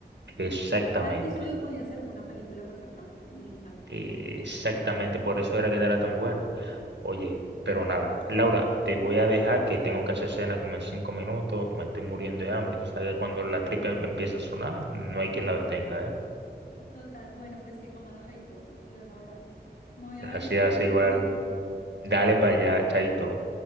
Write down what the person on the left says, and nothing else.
Cada episodio podía ser una película perfectamente. Me encantó.
Total, bueno, pues que comado rico y luego hablamos. Me voy a
ver eso que me
recomendaste.
Chao.